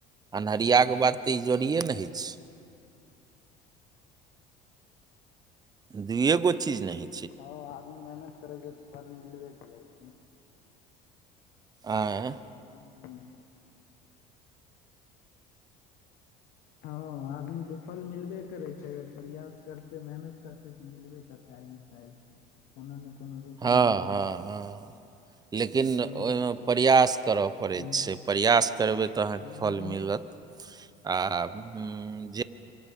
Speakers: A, on the right; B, on the left.
A: अन्हरियाके बात तऽ ई इजोड़िए ने होइ छै दूए गो चीज नहि
B: ह आदमी मेहनत करै छै तऽ फल मिलबे करै छै
A: ऐं
B: हूँ हँ आदमीके फल मिलबे करै छै अगर प्रयास करतै मेहनत करतै तऽ मिलबे करतै आइ ने काल्हि कोनो ने कोनो रूप
A: हँ
B: मै मिल
A: हँ
B: जाइ छै
A: <inaudible> लेकिन
B: इंसान
A: ओहिमे प्रयास करय
B: जे
A: पड़ै छै प्रयास करबै तऽ अहाँ
B: जे
A: क
B: मेहनत
A: फल मिलत आ हू जे